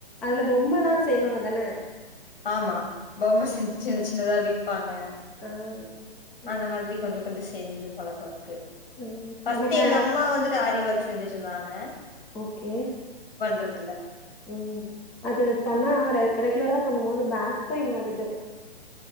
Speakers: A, in the centre; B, on the left.
A: அதுல பொ ம்மல்லா செய்வாங்கதான
B: ஆமா பொம்ம சின் சின்ன சின்னதா வி ப்பாங்க
A: ஆ ம்
B: அந்த மாதிரி கொஞ்சோ கொஞ்சோ செஞ்சு பழக்கோ இருக்கு
A: ம்
B: பஸ்ட்டு
A: எனக்கு
B: எங்க அம்மா வந்துட்டு ஆரி ஒர்க் செஞ்சுட்டு இருந்தாங்க
A: ஓகே
B: றதில்ல
A: உம் அது பண்ணா ரெ ரெகுலரா பண்ணும்போது பேக் பெயின் வருது